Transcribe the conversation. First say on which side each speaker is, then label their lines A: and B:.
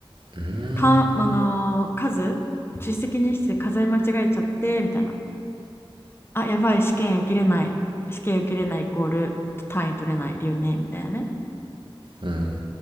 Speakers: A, on the right (about 60°); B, on the left (about 25°).
A: うーん。
B: かん、あのー数出席日数数え間違えちゃってみたいなあやばい試験受けれない試験受けれないイコール単位取れない留年みたいなね
A: うん